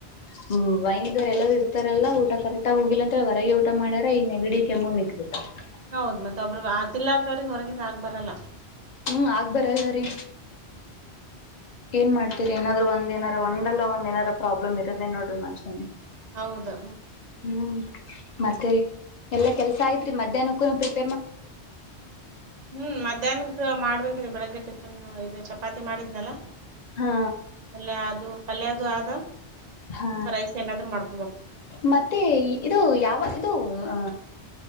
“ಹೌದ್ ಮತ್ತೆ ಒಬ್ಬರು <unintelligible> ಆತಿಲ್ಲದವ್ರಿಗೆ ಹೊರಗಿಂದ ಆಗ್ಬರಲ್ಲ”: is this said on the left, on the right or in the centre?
Right